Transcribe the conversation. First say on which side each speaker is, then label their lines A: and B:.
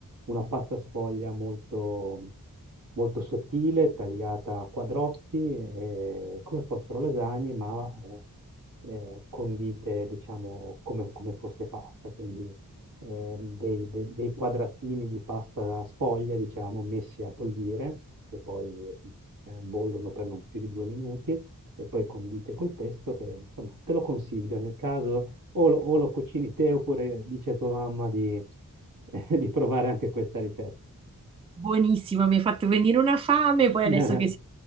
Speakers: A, on the right (about 70°); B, on the right (about 15°).
A: una pasta sfoglia molto, molto sottile, tagliata a quadrotti, eh, come fossero lasagne, ma eh, eh, condite, diciamo, come, come fosse pasta. Quindi ehm, dei, de- dei quadratini di pasta sfoglia, diciamo, messi a bollire, che poi eh, bollono per non più di due minuti, e poi condite col pesto, che insomma te lo consiglio nel caso o lo, o lo cucini te oppure dice a tua mamma di, <laughs> di provare anche questa ricetta.
B: Buonissimo, mi hai fatto venire una fame, poi
A: <laughs>
B: adesso che si-